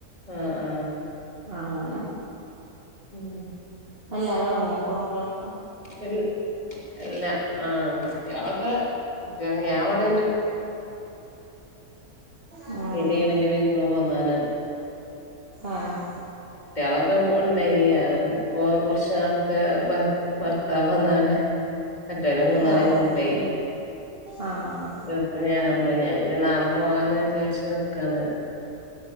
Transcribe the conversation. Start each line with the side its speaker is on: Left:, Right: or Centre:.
Left: ആഹ് ആഹ്
Right: അങ്ങനം
Left: ഉം
Right: എല്ലാരോർങ്യോ പ്പൊ മക്കളൊക്കെ
Left: ഇൽ ഇല്ല ആഹ് കുട്ട്യാളൊക്കെ കുട്ട്യാള് ഞാൻ ഇവടെ
Right: ഉം
Left: ഇ ദേവിന്റെ വീട്ടിന്ന് പോന്നാണ്
Right: ആഹ്
Left: വഅഒക്കെ വു ഉണ്ടായിനി ഇപ്പൊ കുറചേർത്തെ ഭർത്താവ് വന്നാണ് മറ്റോരെ മൂന്നാളേം
Right: ആഹ്
Left: കൊണ്ടയി
Right: ആഹ്
Left: <unintelligible> ഞാനുള്ളഞ് ഞാ ഞ്ഞി നാളെ പോആന്ന് വിചാരിച്ച് നിക്കാണ്